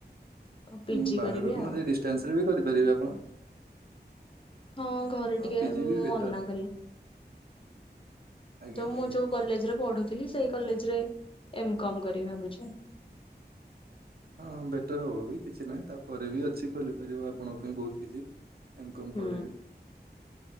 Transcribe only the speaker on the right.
ଉଁ, ବାହାରକୁ
ନ ଯାଇ ଡିଷ୍ଟାନ୍ସ ରେ ବି କରିପାରିବେ ଆପଣ।
ହଁ
ପିଜି ବି ବେଟର
ଆଜ୍ଞା
ଆଜ୍ଞା
ଆଜ୍ଞା।
ହଁ ହଁ ବେଟର୍ ହବ ବି କିଛି ନାହିଁ ତାପରେ ବି ଅଛି ଖୋଲି ପାରିବ ଆପଣଙ୍କ ପାଇଁ ବହୁତ କିଛି। ଏମକମ୍
ପରେବି।